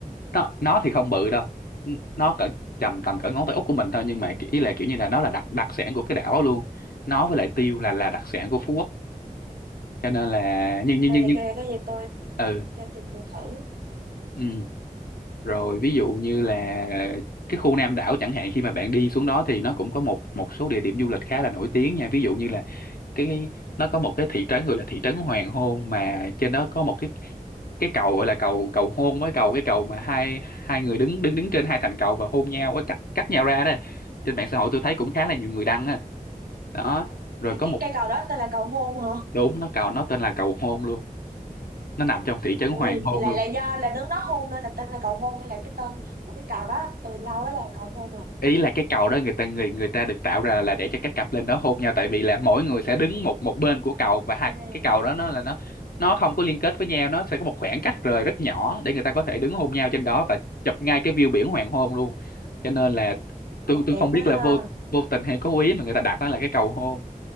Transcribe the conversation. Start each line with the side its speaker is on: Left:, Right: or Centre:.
Left: nó nó thì không bự
Right: Ừ.
Left: đâu N- nó cỡ tầm tầm cỡ ngón tay út của mình thôi nhưng mà ki- ý là kiểu như là nó là đặc đặc sản của cái đảo đó luôn nó với lại tiêu là là đặc sản của Phú Quốc cho nên là nhưng
Right: Ok,
Left: nhưng nhưng
Right: để
Left: nhưng
Right: cái cái gì tôi
Left: ừ
Right: cho tôi vừa thử.
Left: ừ rồi ví dụ
Right: Ừ.
Left: như là cái khu Nam đảo chẳng hạn khi mà bạn đi xuống đó thì nó cũng có một một số địa điểm du lịch khá là nổi tiếng nha ví dụ như là cái nó có một cái thị trấn gọi là thị trấn Hoàng Hôn mà trên đó có một cái cái cầu gọi là cầu cầu hôn với cầu cái cầu mà hai hai người đứng đứng đứng trên hai thành cầu và hôn nhau với cách cách nhau ra đó trên mạng xã hội tôi thấy cũng khá là nhiều người đăng á đó rồi
Right: Là
Left: có
Right: cái
Left: một
Right: cây cầu đó tên là cầu hôn hả?
Left: đúng nó cầu nó tên là cầu hôn luôn nó nằm trong thị trấn
Right: Ừ,
Left: Hoàng Hôn
Right: là
Left: luôn
Right: là do là đứng đó hôn nên là tên là cầu hôn hay là cái tên của cái cầu đó từ lâu ấy là cầu hôn rồi.
Left: ý là cái cầu đó người ta người người ta được tạo ra là để cho các cặp lên đó hôn nhau tại vì là mỗi người sẽ đứng một một bên của cầu
Right: À,
Left: và hai cái cầu đó nó là nó nó không có liên kết với nhau nó sẽ có một khoảng cách rời rất nhỏ để người ta có thể đứng hôn nhau trên đó
Right: ừ.
Left: và chụp ngay cái view biển hoàng hôn luôn cho nên là tôi
Right: À,
Left: tôi
Right: đẹp
Left: không biết
Right: quá ha.
Left: là vô vô tình hay cố ý mà người ta đặt nó là cái cầu hôn